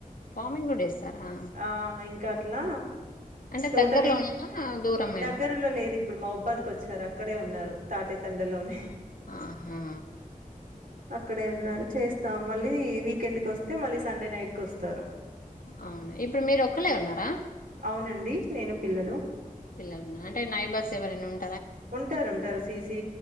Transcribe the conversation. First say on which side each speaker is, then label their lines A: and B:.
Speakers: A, on the left; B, on the right.
A: పామింగ్ కూడా చేస్తారా
B: ఆ ఇంకా అట్లా
A: అంటే
B: టోటలీ
A: దగ్గరలోనేనా దూరమేనా
B: దగ్గరలో లేదు ఇప్పుడు మా ఉబ్బదికి వచ్చారా అక్కడే ఉన్నారు తాటేతండలోనే
A: ఆహా
B: అక్కడే ఉన్నారు చేస్తాం మళ్ళీ వీకెండ్ కి వస్తే మళ్ళీ సండే నైట్ కి వస్తారు
A: అవును ఇప్పుడు మీరు ఒక్కళ్ళే ఉన్నారా
B: అవునండి నేను పిల్లలు
A: పిల్లలు అంటే నాయిబౌర్స్ ఎవరైనా ఉ
B: ఉంటారుంటారు సీసీ